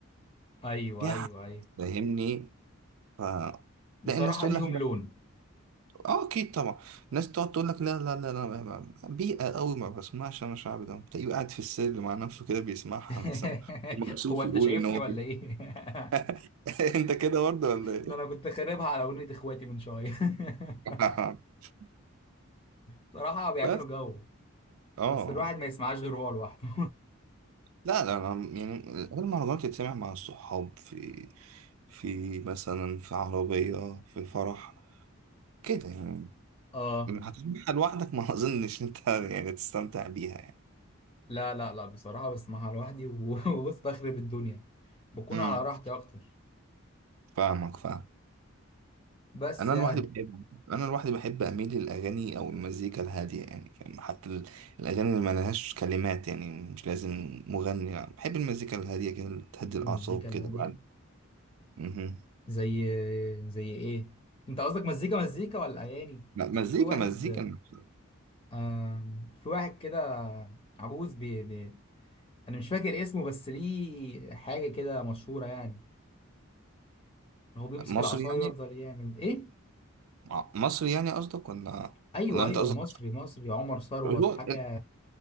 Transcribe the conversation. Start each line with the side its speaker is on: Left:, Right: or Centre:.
Left: ايوه
Right: فيها
Left: ايوه
Right: حاجة،
Left: ايوه
Right: فاهمني ف
Left: بصراحة
Right: تلاقي الناس تقول
Left: ليهم
Right: لك
Left: لون
Right: اه اكيد طبعا الناس تقعد تقول لك لا لا لا لا ما- ما- بيئه قوي ما بسمعش انا شعبي ده تلاقيه قاعد في السر مع نفسه كده بيسمعها
Left: <laughs>
Right: مثلا ومكسوف
Left: هو انت
Right: يقول
Left: شايفني
Right: ان هو
Left: ولا
Right: بي-
Left: ايه <laughs>
Right: <laughs> انت كده برضه ولا ايه
Left: ده انا كنت خاربها على اغنية اخواتي من شوية
Right: <laughs>
Left: <laughs> بصراحة بيعملوا
Right: بس
Left: جو
Right: اه
Left: بس الواحد ما يسمعهاش غير هو لوحده
Right: لا لا أنا يعني المهرجانات تتسمع مع الصحاب في في مثلا في عربيه في فرح كده يعني
Left: <laughs> اه
Right: هتسمعها لوحدك ما اظنش انت يعني تستمتع بيها يعني
Left: لا لا لا بصراحة بسمعها لوحدي و- <laughs> وبص بخرب الدنيا بكون
Right: امم
Left: على راحتي اكتر
Right: فاهمك فاهم
Left: بس
Right: انا
Left: يعني
Right: لوحدي بحب انا لوحدي بحب اميل للاغاني او المزيكا الهاديه يعني فاهم حتى ال- الاغاني اللي ما لهاش كلمات يعني مش لازم مغني يعني بحب المزيكا الهاديه كده اللي تهدي الاعصاب
Left: مزيكا الهادية
Right: كده بعد مهم.
Left: زي زي ايه انت قصدك مزيكا مزيكا ولا اغاني
Right: لا مزيكا
Left: اصل في واحد
Right: مزيكا نفسها.
Left: آم، في واحد كده عجوز بي بي انا مش فاكر اسمه بس ليه حاجه كده مشهوره يعني هو بيمسك
Right: مصري
Left: العصايه
Right: يعني
Left: ويفضل يعمل ايه
Right: ع- مصري يعني قصدك ولا
Left: ايوه
Right: ولا انت
Left: ايوه
Right: قصدك
Left: مصري مصري عمر ثروت
Right: هو
Left: حاجه
Right: ال-